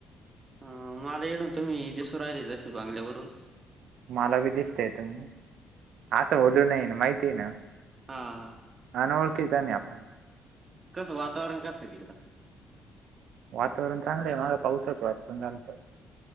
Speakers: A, on the right; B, on the right.
A: ह मला इथुन तुम्ही दिसू राहिले जसे बंगल्यावरुन
B: मला पन दिसताय तुम्ही असं बोलू नाही माहितीये ना
A: हा हा
B: ना ना अनोळखी च नाही आपण
A: कसं वातावरण कसं आहे तिकडं
B: वातावरण चांगलं आहे, मघा पावसाचं वातावरण झाल होत